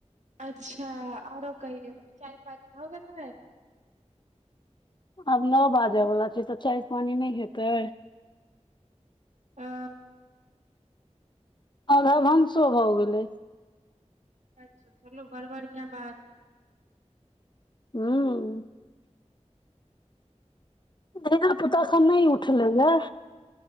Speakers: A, on the right; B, on the left.
A: अच्छा, आओर कहियै चाय पानी भऽ गेलै?
B: आब नौ बाजऽ वला छै तऽ चाय पानी नहि हेतै।
A: आ
B: आधा भनसो भऽ गेलै।
A: अच्छा चलू बड़ बढ़िआ बात
B: हँ धियापुता नहि उठले ह